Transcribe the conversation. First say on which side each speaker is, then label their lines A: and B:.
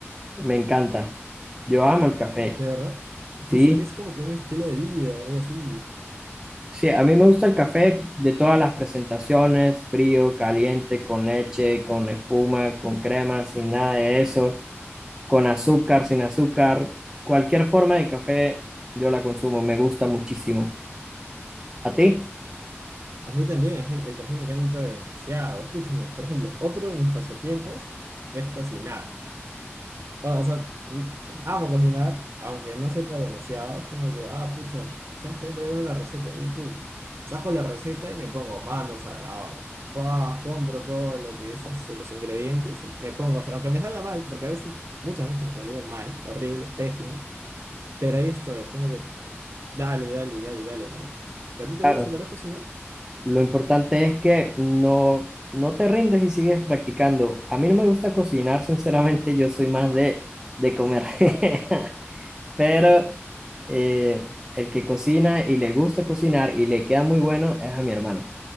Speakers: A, on the right (about 15°); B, on the right (about 65°).
A: me encanta. Yo amo el café.
B: De verdad,
A: Sí,
B: ¿viste que es como que un estilo de vida, algo así?
A: Sí, a mí me gusta el café de todas las presentaciones, frío, caliente, con leche, con espuma, con crema, sin nada de eso, con azúcar, sin azúcar, cualquier forma de café yo la consumo, me gusta muchísimo. ¿A ti?
B: A mí también, o sea, el café me encanta demasiado. Escúchame, por ejemplo, otro de mis pasatiempos es cocinar. Bueno, o sea, mm, amo cocinar, aunque no sepa demasiado. Es como que, ah, pucha, ¿sabes qué? Voy a ver una receta de YouTube. Saco la receta y me pongo manos a la obra. Fua, compro todo lo que es este, los ingredientes y me pongo a hacer, aunque me salga mal, porque a veces, muchas veces me ha salido mal, horrible, pésimo. Pero ahí estoy, es como que, dale, dale, dale, dale, ¿no? ¿A ti te
A: Claro.
B: gusta tal vez cocinar?
A: Lo importante es que no, no te rindes y sigues practicando. A mí no me gusta cocinar, sinceramente, yo soy más de, de comer. <laughs> pero eh, el que cocina y le gusta cocinar y le queda muy bueno es a mi hermano.